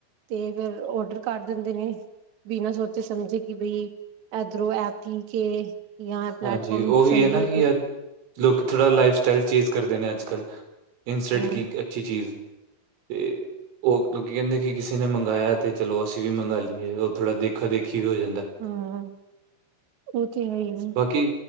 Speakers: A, on the right; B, on the right.
A: ਤੇ ਫੇਰ ਔਡਰ ਕਰ ਦਿੰਦੇ ਨੇ ਬਿਨਾਂ ਸੋਚੇ ਸਮਝੇ ਕਿ ਬਈ ਐਦਰੋ ਐਪ ਠੀਕ ਏ ਯਾਂ ਇਹ ਪਲੇੈਟਫਾਰਰਮ
B: ਹਾਂਜੀ ਉਹੀ
A: ਸਹੀ
B: ਨਾ
A: ਹੈ ਕਿ
B: ਅੱਜ ਲੋਕ ਥੋੜ੍ਹਾ ਲਾਈਫ ਸਟਾਈਲ ਚੇਂਜ ਕਰਦੇ ਨੇ ਅੱਜ ਕੱਲ ਇੰਸਟੈਂਟ
A: ਨਹੀਂ
B: ਕੀ ਅੱਛੀ ਚੀਜ਼। ਤੇ ਉਹ ਲੋਕੀਂ ਕਹਿੰਦੇ, ਕਿ ਕਿਸੇ ਨੇ ਮੰਗਾਇਆ। ਤੇ ਚਲੋ ਅਸੀਂ ਵੀ ਮੰਗਾ ਲਈਏ ਥੋੜਾ ਦੇਖਾ ਦੇਖੀ। ਵੀ ਹੋ ਜਾਂਦਾ।
A: ਹਾਂ ਉਹ ਤੇ ਹੈ ਹੀ ਜੀ ਆ
B: ਬਾਕੀ